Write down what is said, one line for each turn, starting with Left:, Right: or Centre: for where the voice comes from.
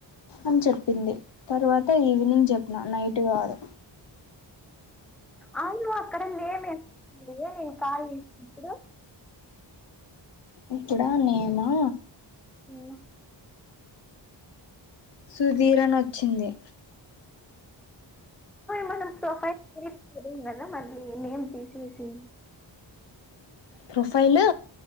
Left: అని చెప్పింది. తర్వాత ఈవినింగ్ చెప్పిన నైట్ కాదు.
Centre: అవును అక్కడ ఏమి నేను కాల్ చేినప్పుడు.
Left: ఇప్పుడా నేమా.
Centre: ఆ.
Left: సుధీరన్ వచ్చింది.
Centre: మనం ప్రొఫైల్ కదా మళ్ీ నేమ్ తీసేసి.
Left: ప్రొఫైల్.